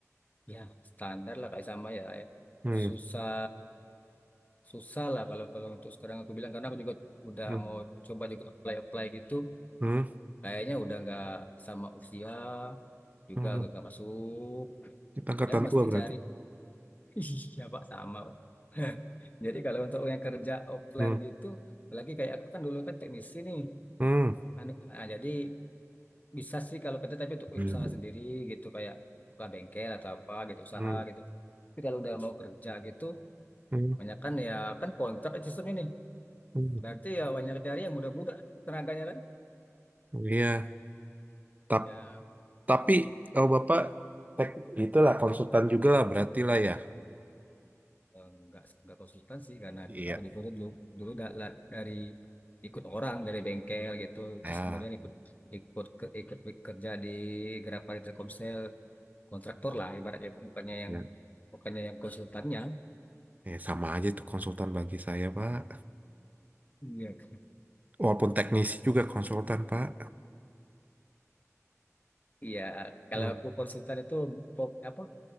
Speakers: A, on the left (about 30°); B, on the right (about 30°).
A: ya standar lah kayak sama ya
B: hmm,
A: susah susah lah kalau kalau untuk sekarang aku bilang karena aku juga udah
B: hmm,
A: mau coba juga apply apply gitu
B: hmm.
A: kayaknya udah nggak sama usia juga
B: hmm.
A: agak nggak masuk
B: Kita angkatan
A: ya mesti
B: tua berarti.
A: cari <laughs> iya pak sama pak <laughs> jadi kalau untuk yang kerja offline
B: Hmm,
A: gitu apalagi kayak aku kan dulu kan teknisi nih
B: hmm,
A: Anu- ah, jadi Bisa sih kalau kerja tapi untuk
B: hmm,
A: usaha sendiri gitu kayak buka bengkel atau apa gitu usaha
B: hmm,
A: gitu. Tapi kalau udah mau kerja gitu,
B: hmm.
A: banyak kan ya kan kontrak sistemnya nih.
B: Hmm.
A: Berarti ya banyak cari yang muda-muda tenaganya kan.
B: Iya. Tapi.
A: Ya
B: Tapi kalau Bapak tek itulah konsultan juga lah berarti lah ya.
A: eh, nggak nggak konsultan sih karena
B: Iya.
A: aku dulu dulu dulu da- la- dari ikut orang dari bengkel gitu
B: Ah,
A: terus kemudian ikut ikut ke, ikut kerja di Grapari Telkomsel kontraktor lah ibaratnya itu bukannya yang
B: ya.
A: bukannya yang konsultannya.
B: Eh, sama aja itu konsultan bagi saya, Pak.
A: Iya.
B: Walaupun teknisi juga konsultan, Pak.
A: Iya, kalau
B: Hmm,
A: aku konsultan itu pop- apa